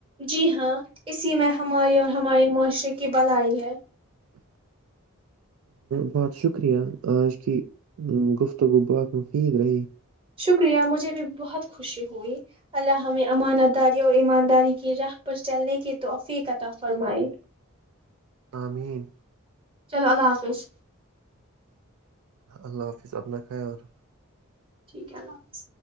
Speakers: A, on the right; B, on the right.
A: جی ہاں اسی میں ہماری اور ہمارے معاشرے کی بل آئی ہے
B: بہت شکریہ آج کی گفتگو بہات مفید رہی
A: شکریہ مجھے بھی بہت خوشی ہوئی اللہ ہم امانہ داری اور ایمانداری کی راہ پر چلنے کے توحفیقطا فرمائی
B: آمین
A: چلو اللہ حافظ
B: اللہ حافظ اپنا خیا ر
A: ٹھیک ہے اللہ حافظ